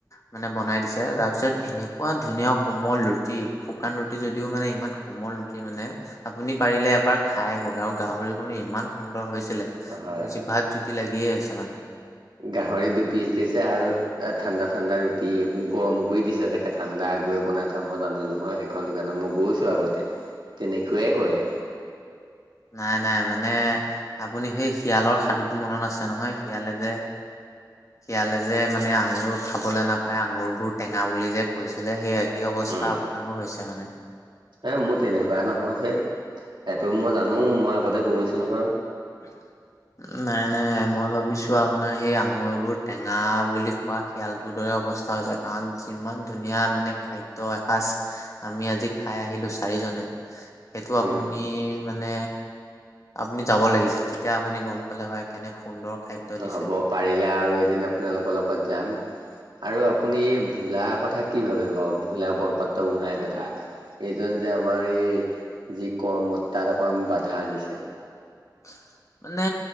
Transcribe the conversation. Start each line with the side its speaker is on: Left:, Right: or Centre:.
Left: মানে বনাই দিছে তাৰ পিছত এনেকুৱা ধুনীয়া কোমল ৰুটি, শুকান ৰুট- টি যদিও মানে ইমান কোমল ৰুটি মানে আপুনি পাৰিলে এবাৰ খাই আহিব আৰু গাহৰিখনো ইমান সুন্দৰ হৈছ- <unintelligible>
Right: হয় হয়
Left: জিভাত জুতি লাগিয়ে আছে মানে।
Right: গাহৰি দুপিচ দিছে আৰু এ ঠাণ্ডা ঠাণ্ডা ৰুটি এইবোৰ গৰম কৰি দিছে চাগে ঠাণ্ডা আগয়ে বনাই থোৱা মই জানো নহয়। এখন দোকানত মই গৈছোঁ আগতে তেনেকুৱাই কয়।
Left: নাই নাই মানে আপুনি সেই শিয়ালৰ সাধুটো মনত আছে নহয় শিয়ালে যে শিয়ালে যে মানে আঙুৰ খাবলৈ নাপায় আঙুৰবোৰ টেঙা বুলি যে কৈছিলে সেই একেই অৱস্থা
Right: উম
Left: আপোনাৰো হৈছে মানে।
Right: এ মোৰ তেনেকুৱা নহয় ধেত এইটো মই জানো মই আগতে গৈছো নহয়।
Left: <inaudible> নাই নাই মই ভাবিছো আপোনাৰ সেই আঙুৰবোৰ টেঙা বুলি কোৱা শয়ালটোৰ দৰে অৱস্থা হৈছে কাৰণ যিমান ধুনীয়া মানে খাদ- দ্য এসাঁজ আমি আজি খাই আহিলোঁ চাৰিজনে। সেইটো
Right: উম
Left: আপুনি মানে আপুনি যাব লাগিছিল তেতিয়া আপুনি গম পালে হয় কেনে সুন্দৰ খাদ্য দিছে।
Right: হ'ব পাৰিলে আৰু এদিন আপোনালোকৰ লগত যাম। আৰু আপুনি এই ভোলা কথা কি ভাবে বাও ভোলা বৰপাত্ৰ গোহাঁইৰ কথা? এইজন যে আমাৰ এই যি কৰ্মত তাত অকমান বাধা আনিছে।
Left: <inaudible> মানে